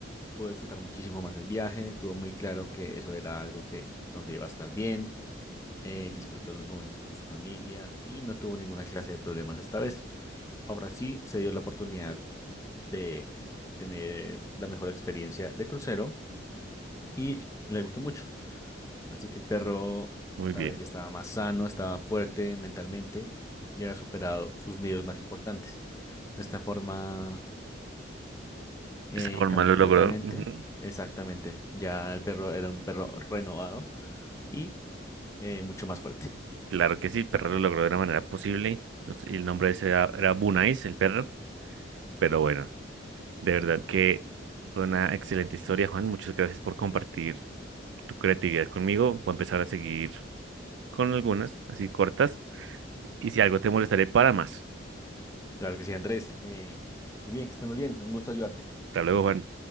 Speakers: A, on the left (about 15°); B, on the right (about 80°).
A: pude disfrutar muchísimo más el viaje, tuvo muy claro que eso era algo que donde iba a estar bien, eh, disfrutó los momentos con su familia y no tuvo ninguna clase de problemas esta vez. Ahora sí se dio la oportunidad de tener la mejor experiencia de crucero y le gustó mucho. Así que el perro
B: Muy
A: esta
B: bien.
A: vez ya estaba más sano, estaba fuerte mentalmente y había superado sus miedos más importantes. De esta forma Eh,
B: De esa forma
A: cambió
B: lo
A: completamente,
B: logró. ujú.
A: exactamente. Ya el perro era un perro renovado y eh, mucho más fuerte.
B: Claro que sí, el perro lo logró de la manera posible. No sé, Y el nombre de ese era, era Bunais, el perro. Pero bueno, de verdad que fue una excelente historia, Juan. Muchas gracias por compartir tu creatividad conmigo. Voy a empezar a seguir con algunas, así cortas. Y si algo te molestaré, para más.
A: Claro que sí, Andrés. eh, muy bien, que esté muy bien. Un gusto ayudarte.
B: Hasta luego, Juan.